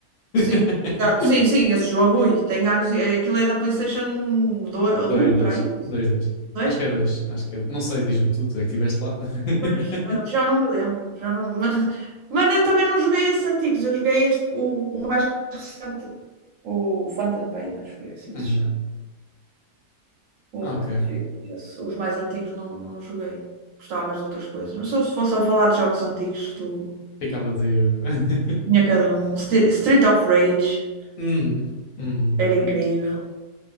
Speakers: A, on the left; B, on the right.
A: <laughs>
B: Sim, exato. Sim, sim, esse jogo, ui, tem anos. e- Aquilo é da PlayStation dois um
A: Dois, dois.
B: para aí?
A: Dois, dois.
B: 2?
A: Acho que é dois. Acho que é... Não sei, diz-me tu, tu é que estiveste lá. <laughs>
B: Pois, já não, já não me lembro. Já não, mas, mas eu também não joguei esses antigos, eu joguei este, o, o mais recente, o Phantom Pain, acho que é assim
A: Uhum.
B: que se chama. O,
A: Ok.
B: esse, os mais antigos não, não joguei. Gostava mais de outras coisas. Mas se eu fosse a falar de jogos antigos, tu
A: Ficava vazio <laughs>
B: tinha cada um. Ste- Street of Rage
A: Uhum. Uhum.
B: era incrível.